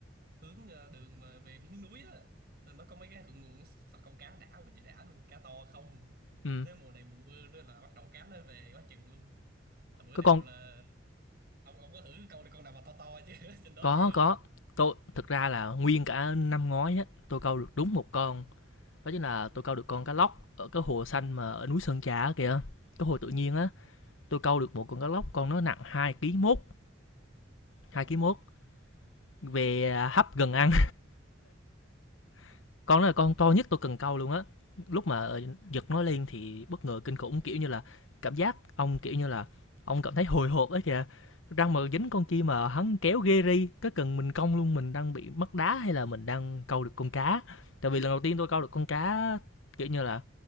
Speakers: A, on the right; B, on the left.
A: hướng ờ, đường mà về miếng núi đó Rồi nó có mấy cái thượng nguồn sao câu cá đã quá trời đã luôn cá to không
B: ừm,
A: đến mùa này mùa mưa nữa là bắt đầu cá nó về quá chừng luôn là bữa
B: cái
A: nào
B: con
A: là ông ông có thử câu được con nào mà to to chứ <laughs> trên đó
B: có,
A: chưa
B: có, tôi thực ra là nguyên cả năm ngoái á, tôi câu được đúng một con, đó chính là tôi câu được con cá lóc ở cái hồ xanh mà ở núi Sơn Trà kìa cái hồ tự nhiên á tôi câu được một con cá lóc con nó nặng hai ký mốt
A: Đủ
B: hai ký mốt về hấp gần ăn <laughs> con đó là con to nhất tôi cần câu luôn á lúc mà giật nó lên thì bất ngờ kinh khủng kiểu như là cảm giác ông kiểu như là ông cảm thấy hồi hộp ấy kìa răng mà dính con chi mà hắn kéo ghê ri cái cần mình cong luôn mình đang bị mất đá hay là mình đang câu được con cá tại vì lần đầu tiên tôi câu được con cá kiểu như là